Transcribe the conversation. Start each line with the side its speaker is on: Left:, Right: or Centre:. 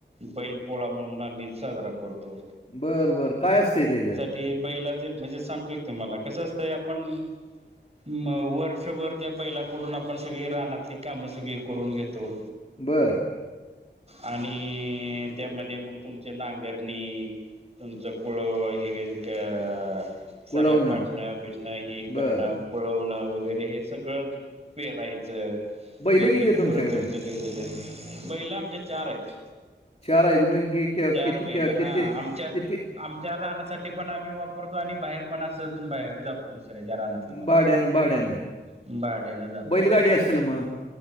Right: बैल पोळा म्हणून आम्ही साजरा करतो.
Left: बरं बर काय असतंय त्याच्यात
Right: ते बैला जे म्हणजे सांगतोय तुम्हाला कसं असतंय आपण म वर्षभर त्या बैलाकडून आपण सगळी रानातली कामं सगळी करून घेतो.
Left: बरं.
Right: आणि त्यामध्ये मग तुमच्या नांगरणी- तुमचा कुळ हिग का. <inaudible> साऱ्या
Left: कुळवणं.
Right: पाडणं भेटणं हे करणं
Left: बरं.
Right: कळवणं वगैरे हे सगळं पेरायचं
Left: बैलं
Right: पेरलं
Left: किती आहेत
Right: की
Left: तुमच्याकडे?
Right: परत तुमचं ते बैला आमच्या चार आहेत.
Left: चार आहेत मग की क
Right: चार
Left: किती
Right: बैल
Left: क
Right: हा
Left: किती
Right: आमच्यात
Left: किती
Right: आमच्या राहण्यासाठी पण आम्ही वापरतो आणि बाहेर पण अस बाहेर जातो. तू दुसऱ्याच्या रानातली पण
Left: भाड्यानं,
Right: करायला
Left: भाड्यानं.
Right: भाड्यानं जातो
Left: बैलगाडी
Right: आम्ही.
Left: असेल मग?